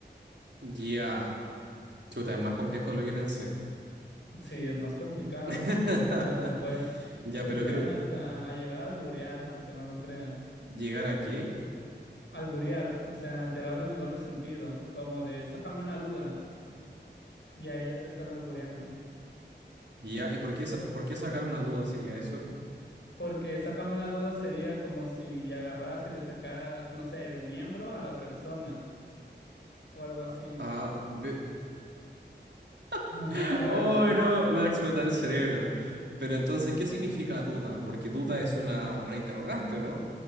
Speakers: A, on the right (about 70°); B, on the left (about 80°).
A: Ya. Chuta, es más complejo de lo que pensé.
B: Sí, es más complicado.
A: <laughs>
B: Eh, te puede,
A: Ya,
B: te
A: pero
B: pueden
A: creo,
B: hasta a llegar a alburear, aunque no lo creas.
A: ¿llegar a qué?
B: Alburear, o sea, te lo hablan en doble sentido, como de sácame una duda, y ahí ya te están albureando.
A: Ya, ¿y por qué, sa- por qué sacar una duda sería eso?
B: Porque sácame una duda, sería como si agarras y le sacaras, no sé, el miembro a la persona o algo así.
A: Ah, ah, ve- <laughs>
B: <laughs> Ajá,
A: Oh,
B: ¿verdad?
A: no, me va a explotar el cerebro. Pero entonces, ¿qué significa duda? Porque duda es una, una interrogante, ¿o no?